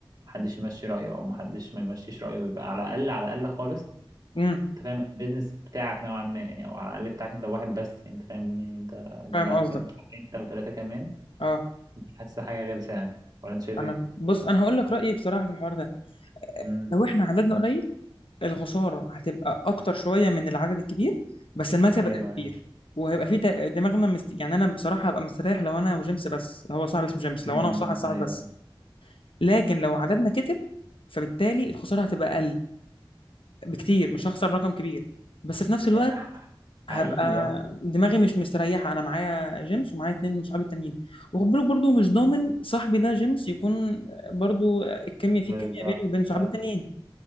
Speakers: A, on the right; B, on the left.
A: محدش يمشي رأيه او محدش ما يمشيش رأيه يبقى على الأقل على الأقل خالص
B: امم
A: انت فاهم البيزنس بتاعك نوعا ما يعني او على الأقل بتاعك انت واحد بس يعني انت فاهم يعني انت انما
B: فاهم قصدك
A: تبقى بتاعك انت وثلاثة كمان
B: اه
A: دي حاسة حاجة غلسة يعني ولا انت شايف
B: انا
A: ايه؟
B: بص انا هقول لك رايي بصراحه في الحوار ده
A: امم
B: لو احنا عددنا قليل الخسارة هتبقى أكتر شوية من العدد الكبير بس المكسب
A: ايوه
B: هيبقى كبير
A: ايوه
B: وهيبقى في تق- دماغنا مست... يعني أنا بصراحة هبقى مستريح لو أنا وجيمس بس هو صاحبي اسمه جيمس
A: امم
B: لو أنا وصاحبي
A: أمم،
B: صاحب
A: ايوه
B: بس لكن لو عددنا كتر فبالتالي الخسارة هتبقى أقل بكتير مش هخسر رقم كبير بس في نفس
A: ايوه
B: الوقت هبقى
A: حقيقي اه
B: دماغي مش مستريحة أنا معايا جيمس ومعايا اتنين من صحابي التانيين وخد بالك برضه مش ضامن صاحبي ده جيمس يكون برضه الكيمياء فيه
A: بالظبط
B: كيمياء بيني وبين صحابي
A: اه
B: التانيين